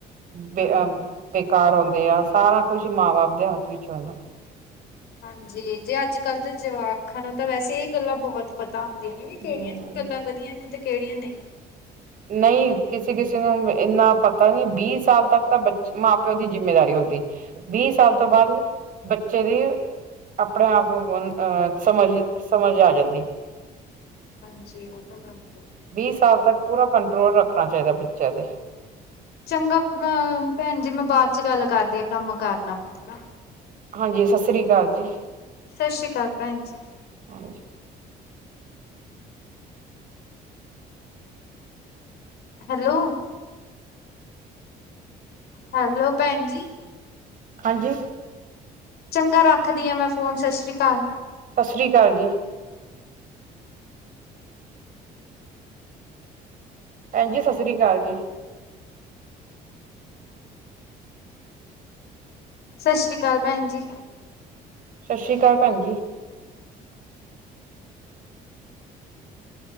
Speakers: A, on the right; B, on the left.
A: ਬੇ
B: ਹਾਂ
A: ਅ ਬੇਕਾਰ ਹੁੰਦੇ ਆ ਸਾਰਾ ਕੁਝ ਮਾਂ ਬਾਪ ਦੇ ਹੱਥ ਵਿੱਚ ਹੁੰਦਾ।
B: ਹਾਂਜੀ ਜੇ ਅੱਜ ਕੱਲ੍ਹ ਦੇ ਜਵਾਕਾਂ ਨੂੰ ਤਾਂ ਵੈਸੇ ਇਹ ਗੱਲਾਂ ਬਹੁਤ ਪਤਾ ਹੁੰਦੀਆਂ ਨੇ ਵੀ ਕਿਹੜੀਆਂ
A: ਹਮ
B: ਗੱਲਾਂ ਵਧੀਆ ਨੇ ਤੇ ਕਿਹੜੀਆਂ ਨਹੀਂ।
A: ਨਹੀਂ ਕਿਸੇ ਕਿਸੇ ਨੂੰ ਇੰਨਾ ਪਤਾ ਨੀ ਵੀਹ ਸਾਲ ਤੱਕ ਤਾਂ ਬ ਮਾਂ ਪਿਓ ਦੀ ਜਿੰਮੇਦਾਰੀ ਹੁੰਦੀ। ਵੀਹ ਸਾਲ ਤੋਂ ਬਾਅਦ ਬੱਚੇ ਦੀ ਆਪਣੇ ਆਪ ਅਹ ਸਮਝ ਸਮਝ ਆ ਜਾਂਦੀ।
B: ਹਾਂਜੀ ਉਹ ਤਾਂ ਗ
A: ਵੀਹ ਸਾਲ ਤੱਕ ਪੂਰਾ ਕੰਟਰੋਲ ਰੱਖਣਾ ਚਾਹੀਦਾ ਬੱਚਿਆਂ ਦੇ
B: ਚੰਗਾ ਅ ਭੈਣ ਜੀ ਮੈਂ ਬਾਅਦ ਚ ਗੱਲ ਕਰਦੀ ਹਾਂ ਕੰਮ ਕਰ ਲਾ ਮੈਂ ਥੋੜ੍ਹਾ
A: ਹਾਂਜੀ ਸਤਿ ਸ੍ਰੀ ਅਕਾਲ ਜੀ।
B: ਸਤਿ ਸ਼੍ਰੀ ਅਕਾਲ ਭੈਣ ਜੀ
A: ਹ
B: ਹੈਲੋ ਹੈਲੋ ਭੈਣ ਜੀ
A: ਹਾਂਜੀ
B: ਚੰਗਾ ਰੱਖਦੀ ਹਾਂ ਮੈਂ ਫੋਨ ਸਤਿ ਸ਼੍ਰੀ ਅਕਾਲ
A: ਸਤਿ ਸ਼੍ਰੀ ਅਕਾਲ ਜੀ ਭੈਣਜੀ ਸਤਿ ਸ੍ਰੀ ਅਕਾਲ ਜੀ
B: ਸਤਿ ਸ਼੍ਰੀ ਅਕਾਲ ਭੈਣ ਜੀ
A: ਸਤਿ ਸ਼੍ਰੀ ਅਕਾਲ ਭੈਣ ਜੀ।